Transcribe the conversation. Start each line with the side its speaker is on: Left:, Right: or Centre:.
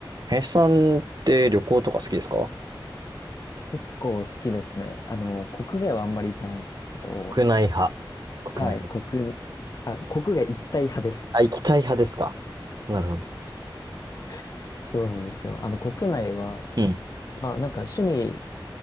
Right: 林さんって旅行とか好きですか
Left: 結構好きですね。あの、国外はあんまり行かないんですけど、
Right: 国内派。国内派ですね。
Left: はい、国、あ、国外行きたい派です。
Right: あ、行きたい派ですか。なるほど。
Left: <laughs> そうなんですよ。あの、国内は、
Right: うん、
Left: まあなんか趣味